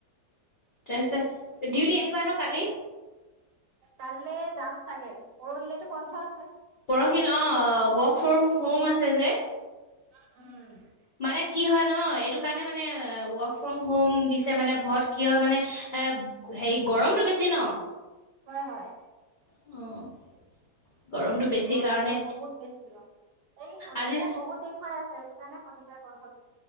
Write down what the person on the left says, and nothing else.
তাৰপিছত ডিউটি আহিবা ন কালি?
পৰহি অ' ৱৰ্ক ফ্ৰম হোম আছে যে।
মানে কি হয় ন এইটো কাৰণে মানে ৱৰ্ক ফ্ৰম হোম দিছে মানে ঘৰত কিয় মানে হেৰি গৰমটো বেছি ন।
অ'। গৰমটো বেছি
কাৰণে
আজি